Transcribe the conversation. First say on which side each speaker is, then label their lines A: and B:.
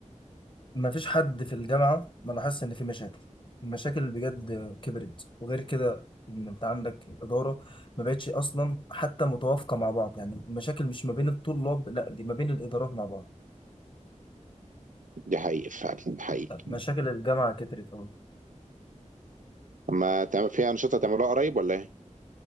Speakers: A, on the left; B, on the right.
A: ما فيش حد في الجامعة ما لاحظش إن في مشاكل المشاكل بجد كبرت وغير كده إن أنت عندك الإدارة ما بقتش أصلا حتى متوافقة مع بعض يعني المشاكل مش ما بين الطلاب لا دي ما بين الإدارات مع بعض
B: دي حقيقي فعلا حقيقي
A: مشاكل الجامعة كترت أوي
B: اما تعمل في انشطه تعملوها قريب ولا ايه؟